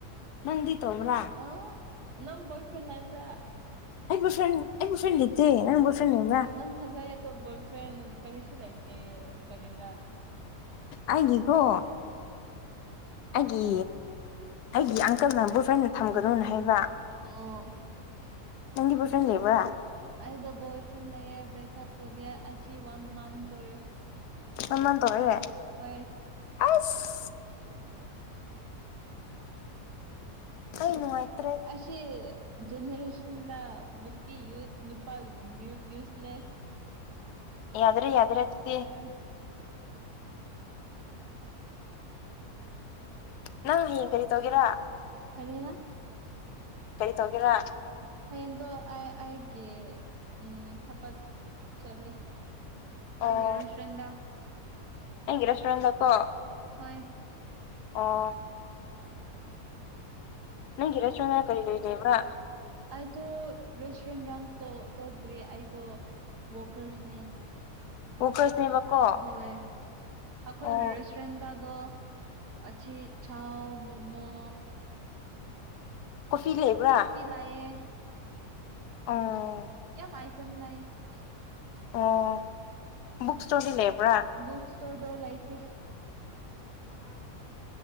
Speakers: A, on the left; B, on the right.
A: ꯅꯪꯗꯤ ꯇꯧꯕ꯭ꯔꯥ
B: ꯑꯥ ꯅꯪ ꯕꯣꯢ ꯐꯔꯦꯟ ꯂꯩꯕ꯭ꯔꯥ
A: ꯑꯩ ꯕꯣꯢ ꯐꯦꯟ ꯑꯩ ꯕꯣꯢ ꯐꯦꯔꯦꯟ ꯂꯩꯇꯦ ꯅꯪ ꯕꯣꯏ ꯐ꯭ꯔꯦꯟ ꯂꯩꯕ꯭ꯔꯥ
B: ꯅꯪ ꯐꯖꯔꯤꯗꯣ ꯕꯣꯢ ꯐ꯭ꯔꯦꯟ ꯀꯔꯤꯁꯨꯨ ꯂꯩꯥꯏꯇꯦ ꯀꯔꯤꯔ
A: ꯑꯩ ꯒꯤꯀꯣ ꯑꯩꯒꯤ ꯑꯩꯒꯤ ꯑꯪꯀꯜꯅ ꯕꯣꯏ ꯐꯟ ꯊꯝꯒꯅꯨ ꯍꯥꯏꯕ
B: ꯑꯣ
A: ꯅꯪꯗꯤ ꯕꯣꯢ ꯐꯔꯦꯟ ꯂꯩꯕꯔ
B: ꯑꯩꯗꯣ ꯕꯣꯏ ꯐ꯭ꯔꯦꯟ ꯂꯩꯌꯦ ꯕ꯭ꯔꯦꯛꯀꯞ ꯇꯧꯒꯦ ꯑꯁꯤ ꯋꯥꯟ ꯃꯟ ꯇꯧꯔꯦ
A: ꯀꯃꯥꯢ ꯇꯧꯔꯒ
B: ꯍꯣꯏ
A: ꯑꯁ ꯑꯩ ꯅꯨꯡꯉꯥꯏꯇ꯭ꯔꯦ
B: ꯑꯁꯤ ꯖꯅꯔꯦꯁꯟꯗ ꯅꯨꯄꯤ ꯌꯨꯠ ꯅꯨꯄꯥ ꯌꯨꯁꯂꯦꯁ
A: ꯌꯥꯗ꯭ꯔꯦ ꯌꯥꯗ꯭ꯔꯦ ꯑꯗꯨꯗꯤ
B: ꯍꯣꯢ ꯎꯝ
A: ꯅꯪ ꯍꯌꯦꯡ ꯀꯔꯤ ꯇꯧꯒꯦꯔ
B: ꯀꯔꯤꯔ
A: ꯇꯧꯒꯦꯔꯥ
B: ꯍꯣꯔꯦꯟꯗꯣ ꯑ ꯑꯩ ꯀꯤ ꯎꯝ ꯊꯕꯛ ꯆꯠꯂꯦ
A: ꯑꯣ
B: ꯑꯩꯒꯤ ꯔꯦꯁꯇꯨꯔꯦꯟꯗ
A: ꯅꯪꯒꯤ ꯔꯦꯁꯣꯔꯦꯟ ꯗꯀꯣ
B: ꯍꯣꯏ
A: ꯑꯣ ꯅꯪꯒꯤ ꯔꯦꯁꯇꯨꯔꯦꯟꯗ ꯀꯔꯤ ꯀꯔꯤ ꯂꯩꯕ꯭ꯔꯥ
B: ꯑꯩꯗꯣ ꯔꯦꯁꯇꯨꯔꯦꯟ ꯔꯟ ꯇꯧꯗ꯭꯭ꯔꯦ ꯑꯩꯗꯣ ꯋꯥꯀꯔꯁꯅꯦ
A: ꯋꯥꯀꯔꯁꯅꯦꯕꯀꯣ
B: ꯍꯣꯏ ꯑꯩꯈꯣꯏꯒꯤ
A: ꯑꯣ
B: ꯔꯦꯁꯇꯨꯔꯦꯟꯗꯗꯣ ꯑꯆꯤ ꯆꯥꯎ ꯃꯣꯃꯣ
A: ꯀꯣꯐꯤ ꯂꯩꯕ꯭ꯔꯥ
B: ꯀꯣꯐꯤ ꯂꯥꯏꯌꯦ <unintelligible>
A: ꯑꯣ ꯑꯣ
B: ꯕꯨꯛꯇꯗꯤ
A: ꯕꯨꯛ ꯏꯁꯇꯣꯔꯗꯤ
B: ꯂꯩꯕ꯭ꯔ
A: ꯂꯩꯕ꯭ꯔꯥ
B: ꯕꯨꯛꯇꯣꯗꯣ ꯂꯩꯇꯦ ꯑꯁ